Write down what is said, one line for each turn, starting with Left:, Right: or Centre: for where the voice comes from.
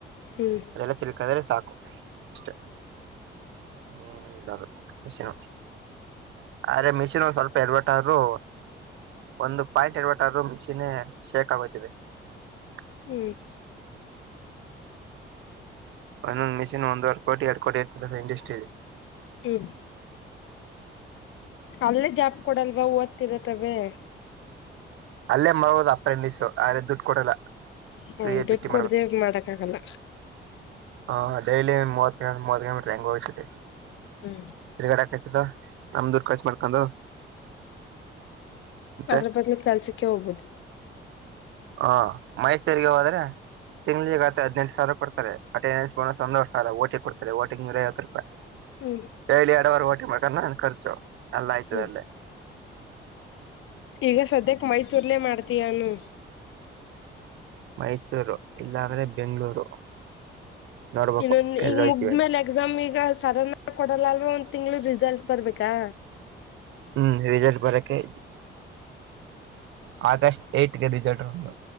Left: ಹ್ಮ್
Right: ಅದೆಲ್ಲ ತಿರ್ಕಾದ್ರೆ ಸಾಕು ಅಷ್ಟೆ ಇನ್ನೇನೂ ಇಲ್ಲ ಅದು ಮಷಿನ ಆದ್ರೆ ಮಿಷಿನ್ ಒಂದ ಸ್ವಲ್ಪ ಯಡಾವಟು ಆದ್ರೂ ಒಂದು ಪಾಯಿಂಟ್ ಎಡ್ಬಟ್ಟರು ಮಿಷನ್ <unintelligible>
Left: ಹ್ಮ್
Right: ಒಂದೊಂದಂದು ಮಿಷನ್ ಒಂದುವರೆ ಕೋಟಿ ಎರಡು ಕೋಟ ಇರ್ತದೆ ಇಂಡಸ್ಟ್ರಿಲ್ಲಿ
Left: ಹ್ಮ್ ಅಲ್ಲೇ ಜಾಪ್ ಕೊಡಲ್ವಾ ವತ್ತಿರತ್ತ ತವೆೇ
Right: ಅಲ್ಲೇ ಮೋದು ಅಪ್ರೆಂಡಸು ಆದ್ರೆ ದುಡ್ಡು ಕೊಡಲ್ಲ
Left: ಹ್ಮ
Right: ಫ್ರೀಯ
Left: ದುಡ್ಡು
Right: ಬಿಟ್ಟಿ
Left: ಕೊಡ್ದೇ ಮಾಡಕ್ ಆಗಲ್ಲ
Right: ಹ್ ಡೈಲಿ ಮೂವತ್ತು ಮೂವ ಕಿಲೋಮೀಟರ್ ಹೆಂಗೋ ಹಯ್ತದೆ
Left: ಹ್ಮ್
Right: ತಿರ್ಗಡೆ ಆಕಾಯ್ತದ ನಮ್ದೂರ್ ಕರ್ಸ ಮಾಡ್ಕೊಂಡು ಮತ್ತೆ
Left: ಅದ್ರ ಬದ್ಲು ಕೆಲ್ಸಕ್ಕೆ ಹೋಗ್ಬೋದು
Right: ಹಾ ಮೈಸೂರಿಗೆ ಹೋದ್ರೆ ತಿಂಗ್ಳಿಗೆಗ ಆತ ಹದ್ನೆೆಂಟು ಸಾವಿರ ಕೊಡ್ತಾರೆ ಅನ್ ಸಂತೋಷ ಓಟಿ ಕೊಡ್ತೋಗ ನೂರ ಐವತ್ತು ರೂಪಾಯಿ
Left: ಹ್ಮ್
Right: ಡೈಲಿ ಎಡುವರೆ ಓಟಿ ಮದನ ಅನ ಖರ್ಚು ಎಲ್ಲ ಆಯ್ತದಲ್ಲೇ
Left: ಹ್ಮ್ ಈಗ ಸದ್ಯಕ್ಕೆ ಮೈಸೂರ್ಲೆೇ ಮಾಡ್ತಯಾನು
Right: ಮೈಸೂರು ಇಲ್ಲಾ ಅಂದ್ರೆ ಬೆಂಗಳೂರು ನೋಡ್ಬೇಕು
Left: ಇನ್ನೊಂದ
Right: ಎಲ್ಲ
Left: ಈಗ
Right: ಹೋಯ್ತಿವಿ
Left: ಮುಗ್ಮೇಲೆ
Right: ಅಂತ
Left: ಎಕ್ಸಾಮ್ ಈಗ ಸಾಧಣ ಕೊಡಲ್ಲ ಅಲ್ವಾ ಒಂದ್ ತಿಂಗ್ಳ ರಿಸಲ್ಟ್ ಬರ್ಬೇಕಾ
Right: ಹ್ಮ್ ರಿಸಲ್ಟ್ ಭರಕ್ಕೆ ಆಗಸ್ಟ್ ಏಟ್ಗೆ ರಿಸಲ್ಟ್ ನಮ್ದು